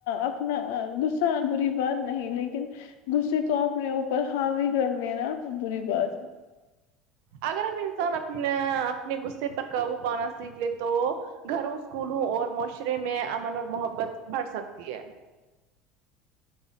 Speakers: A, on the left; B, on the right.
A: اپنا غصہ اور بری بات نہیں لیکن غصے کو اپنے اوپر حاوی کر لینا بری بات ہے
B: اگر ہم انسان اپنا اپنے غصے پر قابو پانا سیکھ لیں تو گھروں اسکولوں اور معاشرے میں امن اور محبت بڑھ سکتی ہے